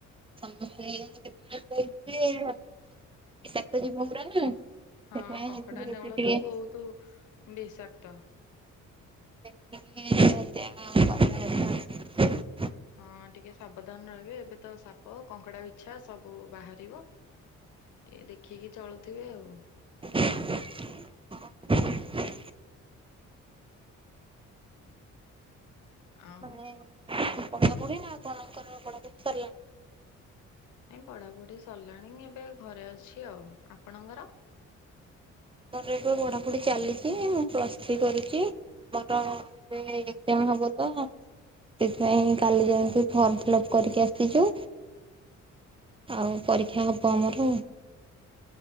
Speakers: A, on the right (about 20°); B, on the left (about 80°).
A: ସମସ୍ତେ <unintelligible> ବିଷାକ୍ତ ଜୀବ ଗୁରା ନା ସେଥିପାଇଁ
B: ହଁ ହଁ କଙ୍କଡା
A: ହେଥିରୁ ଏତେ
B: ନେଉଳ
A: ଟିକେ
B: ତ ବହୁତ ବିଷାକ୍ତ।
A: ଦେଖିକି ଜା ହୋଉ ଭଲ ହେଲା।
B: ହଁ ଟିକେ ସାବଧାନ ରହିବେ, ଏବେ ତ ସାପ କଙ୍କଡା ବିଛା ସବୁ ବାହାରିବ। ଟିକେ ଦେଖିକି ଚଳୁଥିବେ ଆଉ।
A: <inaudible>
B: ଆଉ
A: ମାନେ <unintelligible> ପଢାପଢି ନା ଆପଣଙ୍କର ପଢାପଢି ସରିଲାଣି?
B: ନାଇଁ ପଢାପଢ଼ି ସରିଲାଣି ଏବେ ଘରେ ଅଛି ଆଉ। ଆପଣଙ୍କର?
A: ମୋର ଏବେ ପଢାପଢି ଚାଲିଚି। ମୁଁ ପ୍ଲସ୍ ଥ୍ରୀ କରୁ ଚି। ଆମର ଏବେ ଏଜାମ ହବ ତ ସେଥିପାଇଁ କାଲି ଯାଇକି ଫର୍ମ ଫିଲ୍ଅପ୍ କରିକି ଆସିଚୁ। ଆଉ ପରୀକ୍ଷା ହେବ ଆମର ଉ।